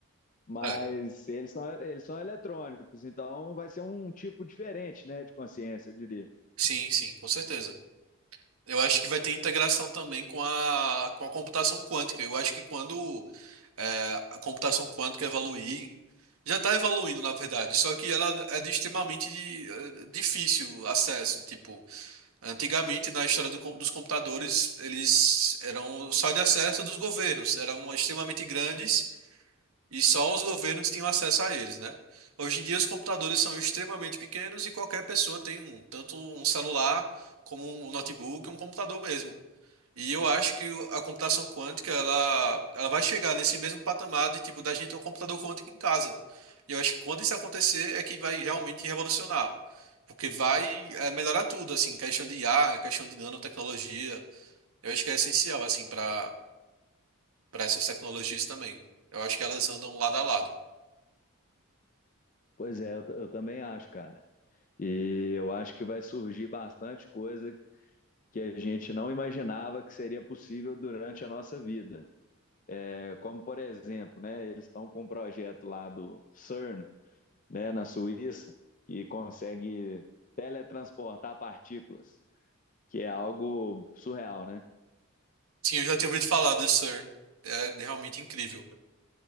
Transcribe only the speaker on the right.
É,
sim, sim, com certeza. Eu acho que vai ter integração também com a, com a computação quântica. Eu acho que quando é, a computação quântica evoluir, já está evoluindo, na verdade, só que ela é de extremamente de- eh, difícil acesso. Tipo, antigamente, na história do com- dos computadores, eles eram só de acesso dos governos, eram extremamente grandes E só os governos tinham acesso a eles, né? Hoje em dia, os computadores são extremamente pequenos e qualquer pessoa tem um, tanto um celular como um notebook, um computador mesmo. E eu acho que o- a computação quântica, ela, ela vai chegar nesse mesmo patamar de, tipo, da gente ter um computador quântico em casa. E eu acho que quando isso acontecer é que vai realmente revolucionar. Porque vai, eh, melhorar tudo, assim, questão de IA, questão de nanotecnologia. Eu acho que é essencial, assim, para para essas tecnologias também. Eu acho que elas andam lado a lado.
Sim, eu já tinha ouvido falar do Sir. É realmente incrível.